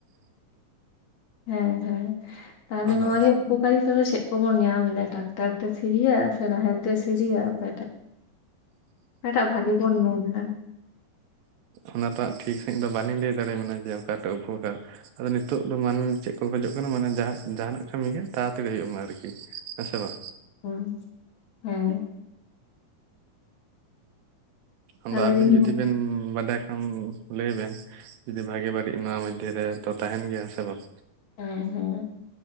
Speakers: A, on the left; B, on the right.
A: ᱦᱮᱸ ᱦᱮᱸ ᱛᱟᱦᱚᱞᱮ
B: ᱟᱫᱚ
A: ᱱᱚᱣᱟ ᱩᱯᱚᱠᱟᱨᱤᱛᱟ ᱫᱚ ᱪᱮᱜ ᱠᱚᱵᱚᱱ ᱧᱟᱢ ᱮᱫᱟ ᱴᱟᱠᱴᱟᱨ ᱛᱮ ᱥᱤᱨᱤᱭᱟᱜ ᱥᱮ ᱱᱟᱦᱮᱞ ᱛᱮ ᱥᱤᱨᱤᱭᱟᱜ ᱚᱠᱚᱴᱟᱜ? ᱚᱠᱟᱴᱟᱜ ᱵᱷᱟᱜᱮ ᱵᱚᱱ ᱢᱮᱱᱮᱫᱟ
B: ᱚᱱᱟᱴᱟᱜ ᱴᱷᱤᱠ ᱥᱟᱺᱦᱤᱡ ᱫᱚ ᱵᱟᱹᱞᱤᱧ ᱞᱟᱹᱭ ᱫᱟᱲᱮᱭᱟ ᱵᱮᱱᱟ ᱡᱮ ᱚᱠᱟᱴᱟᱜ ᱩᱯᱚᱠᱟᱨ ᱟᱫᱚ ᱱᱤᱛᱚᱜ ᱫᱚ ᱢᱟᱹᱱᱢᱤ ᱪᱮᱜ ᱠᱚ ᱠᱷᱚᱡᱚᱜ ᱠᱟᱱᱟ ᱢᱟᱱᱮ ᱡᱟᱦᱟ ᱡᱟᱦᱟᱱᱟᱜ ᱠᱟᱹᱢᱤ ᱜᱮ ᱛᱟᱲᱟᱛᱟᱲᱤ ᱦᱩᱭᱩᱜ ᱢᱟ ᱟᱨᱠᱤ ᱾ ᱦᱮᱸᱥᱮ ᱵᱟᱝ,
A: ᱦᱩᱸ ᱦᱮᱸ
B: ᱟᱫᱚ
A: ᱛᱟᱦᱞᱮ
B: ᱟᱵᱤᱱ
A: ᱫᱤᱧ
B: ᱡᱩᱫᱤ ᱵᱮᱱ ᱵᱟᱰᱟᱭ ᱠᱷᱟᱱ ᱞᱟᱹᱭ ᱵᱮᱱ ᱡᱩᱫᱤ ᱵᱷᱟᱜᱮ ᱵᱟᱹᱲᱤᱡ ᱱᱚᱣᱟ ᱢᱚᱫᱽᱫᱷᱮ ᱨᱮ ᱛᱚ ᱛᱟᱦᱮᱱ ᱜᱮᱭᱟ ᱥᱮ ᱵᱟᱝ?
A: <unintelligible>